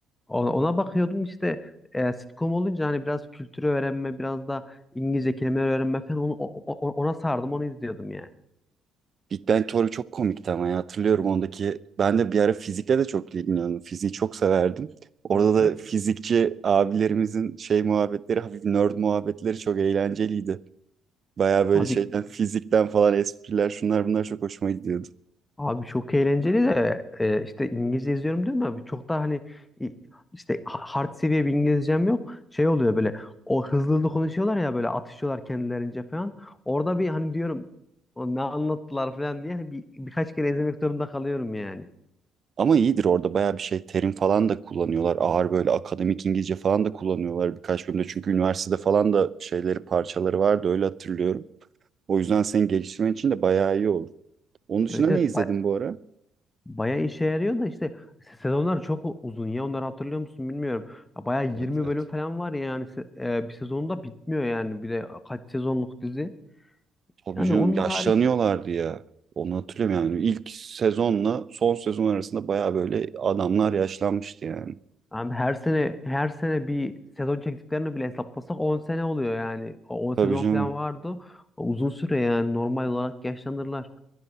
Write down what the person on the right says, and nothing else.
Big Bang Theory çok komikti ama ya. Hatırlıyorum ondaki. Ben de bir ara fizikle de çok ilgileniyordum. Fiziği çok severdim. Orada
da
fizikçi abilerimizin şey muhabbetleri, hafif nerd muhabbetleri çok eğlenceliydi. Baya böyle
şeyden, fizikten falan espriler şunlar bunlar çok hoşuma gidiyordu.
Ama iyidir orada bayağı bir şey terim falan da kullanıyorlar. Ağır böyle akademik İngilizce falan da kullanıyorlar birkaç bölümde. Çünkü üniversitede falan da şeyleri parçaları vardı öyle hatırlıyorum. O yüzden seni geliştirmen için de bayağı iyi olur. Onun dışında
ne
izledin bu ara?
Evet
evet.
Tabii
canım
yaşlanıyorlardı
ya. Onu hatırlıyorum yani. İlk sezonla son sezon arasında bayağı böyle adamlar yaşlanmıştı yani.
Tabii canım.